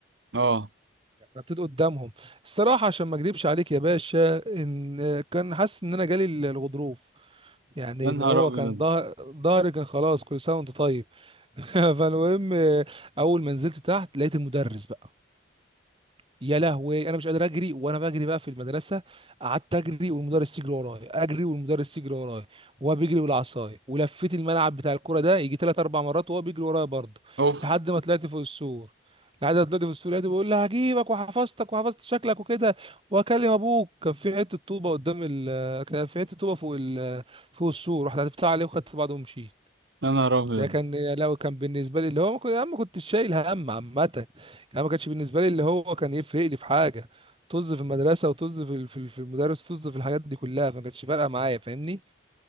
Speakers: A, on the right (about 65°); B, on the right (about 30°).
A: اه
B: نطيت قدامهم الصراحه عشان ما اكذبش عليك يا باشا ان آه، كان حاسس ان انا جالي الغضروف يعني
A: يا
B: اللي
A: نهار
B: هو
A: ابيض
B: كان ظهر ظهري كان خلاص كل سنه وانت طيب <laughs> فالمهم آه، اول ما نزلت تحت لقيت المدرس بقى يا لهوي انا مش قادر اجري وانا بجري بقى في المدرسه قعدت اجري والمدرس يجري ورايا اجري والمدرس يجري ورايا وهو بيجري بالعصايه ولفيت الملعب بتاع الكوره ده يجي ثلاث اربع مرات وهو بيجري ورايا برضه
A: اوف
B: لحد ما طلعت فوق السور لحد ما طلعت فوق السور لقيته بيقول لي هجيبك وحفظتك وحفظت شكلك وكده واكلم ابوك كان في حته طوبه قدام ال كان في حته طوبه فوق ال فوق السور رحت هتفتح عليه وخدت بعضه ومشيت
A: يا نهار ابيض
B: ده كان لو كان بالنسبه لي اللي هو ما كنت انا ما كنتش شايل هم عامه يعني أنا ما كانش بالنسبه لي اللي هو كان يفرق لي في حاجه طز في المدرسه وطز في ال- في ال- في المدرس طز في الحاجات دي كلها فما كانتش فارقه معايا فاهمني